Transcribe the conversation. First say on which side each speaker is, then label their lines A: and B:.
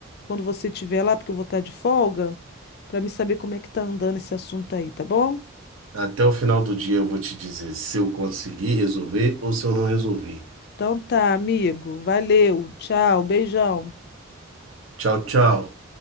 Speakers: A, on the left; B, on the right.
A: quando você estiver lá, porque eu vou estar de folga, para me saber como é que tá andando esse assunto aí, tá bom?
B: Até o final do dia eu vou te dizer se eu conseguir resolver ou se eu não resolvi.
A: Então tá, amigo. Valeu, tchau, beijão.
B: Tchau, tchau.